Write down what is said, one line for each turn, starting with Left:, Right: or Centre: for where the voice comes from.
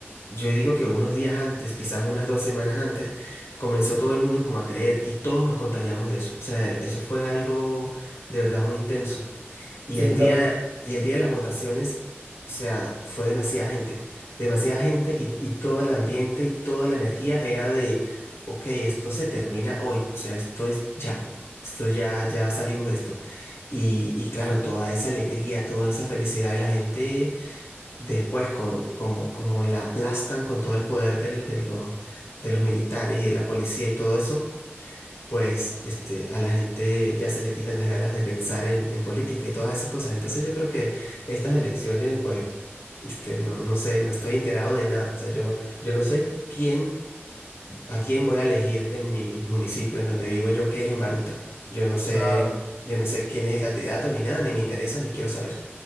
Left: Yo digo que unos días antes, quizás unas dos semanas antes, comenzó todo el mundo como a creer y todos nos contagiamos de eso. O sea, eso fue algo de verdad muy intenso. Y
Right: Sí,
Left: el día,
Right: lo- lo-
Left: y el día de las votaciones, o sea, fue demasiada gente, demasiada gente y, y todo el ambiente y toda la energía era de, ok, esto se termina hoy, o sea, esto es ya, esto ya, ya salimos de esto. Y, y claro, toda esa alegría, toda esa felicidad de la gente después con, como, como la aplastan con todo el poder del- de los, de los militares y de la policía y todo eso, pues este, a la gente ya se le quitan las ganas de pensar en, en política y todas esas cosas. Entonces yo creo que estas elecciones, pues, este, no, no sé, no estoy enterado de nada. O sea, yo, yo no sé quién, a quién voy a elegir en mi municipio, en donde vivo yo, que es en Baruta. Yo no sé,
Right: nada,
Left: yo no sé quién es el candidato ni nada, ni me interesa, ni quiero saber.